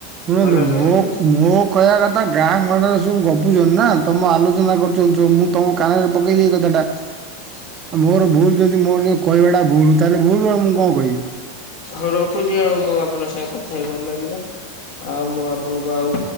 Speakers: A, on the right (about 35°); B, on the left (about 55°).
A: ଶୁଣନ୍ତୁ
B: ଭଲ
A: ମୁଁକ୍
B: ନୁହେଁ ଏମିତି।
A: ମୁଁକ୍ କହିବା କଥା ଗାଁ ଗଣ୍ଡରେ ସବୁ ଗପୁଛଛନ୍ତି ନା ତମ ଆଲୋଚନା କରୁଛନ୍ତି ସବୁ ମୁଁ ତମ କାନରେ ପକେଇଲି ଏଇ କଥାଟା।
B: ହ <unintelligible>
A: ଆ ମୋର ଭୁଲ ଯଦି ମୋର କହିବାଟା ଭୁଲ ତାହେଲେ ଭୁଲ ଆଉ ମୁଁ କଣ କହିବି।
B: ହଉ ରଖୁଛି ଆଉ ମୁଁ ଆପଣଙ୍କ ସାଙ୍ଗେ କଥା ହେଇ ଭଲ ଲାଗିଲା। ଆଉ ମୁଁ ଆପଣଙ୍କୁ ଆଉ